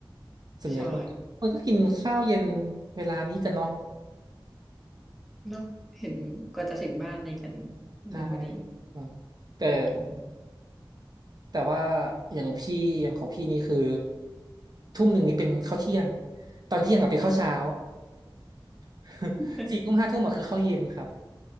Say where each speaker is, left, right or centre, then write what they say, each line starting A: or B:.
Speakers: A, on the right; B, in the centre.
A: ส่วนใหญ่คนคนก็กินข้าวเย็น
B: ใช่
A: เวลานี้กันเนาะ
B: เนาะเห็นกว่าจะถึงบ้านอะไรกัน
A: ใช่
B: หนึ่งพอดี
A: อืมแต่
B: กิน
A: แต่ว่าอย่างพี่อย่างของพี่นี่คือทุ่มหนึ่งนี่เป็นข้าวเที่ยงตอนเที่ยงอะเป็นข้าวเช้า <laughs>
B: <laughs>
A: สี่ทุ่มห้าทุ่มอะคือข้าวเย็นครับ